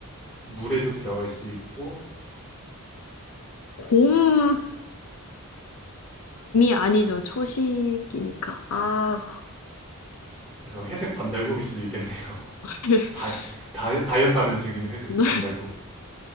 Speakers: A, in the centre; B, on the left.
A: 물에도 들어갈 수 있고,
B: 곰암이 아니죠, 초식이니까. 아
A: 약간 회색 반달곰일 수도 있겠네요.
B: <laughs>
A: 다, 다, 다이어트 하는 중인 회색
B: 네.
A: 반달곰.